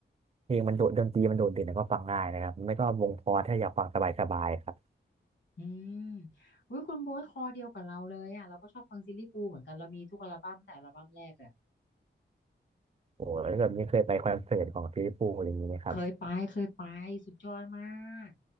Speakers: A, on the right; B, on the left.
A: เพลงมันโดดดนตรีมันโดดเด่นแล้วก็ฟังง่ายนะครับไม่ก็วงพอร์ถ้าอยากฟังสบายๆครับ
B: อืมอุ้ยคุณโบทคอเดียวกับเราเลยอ่ะเราก็ชอบฟังซิลลี่ฟูลส์เหมือนกันเรามีทุกอัลบั้มตั้งแต่อัลบั้มแรกเลย
A: โอ้แล้วแบบนี้เคยไปคอนเสิร์ตของฟิลิปปูอะไรอย่างนี้ไหมครับ
B: เคยไปเคยไปสุดยอดมาก